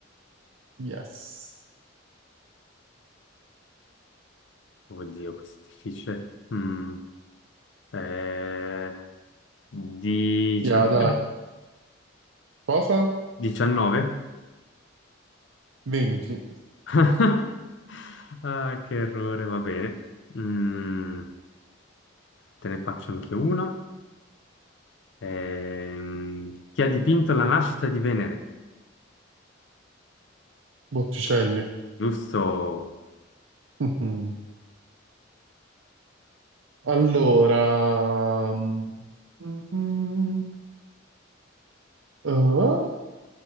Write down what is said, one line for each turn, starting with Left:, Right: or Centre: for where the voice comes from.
Right: Yes.
Left: Oddio, questo è difficile. Mm, eh, 19?
Right: Yeah, dai. Cosa?
Left: 19?
Right: 20.
Left: <laughs> Ah, che errore, va bene. Mm, te ne faccio anche uno. Ehm, chi ha dipinto la nascita di Venere?
Right: Botticelli. <laughs>
Left: Giusto.
Right: Mhm. Allora, mm, mm, mm, oh,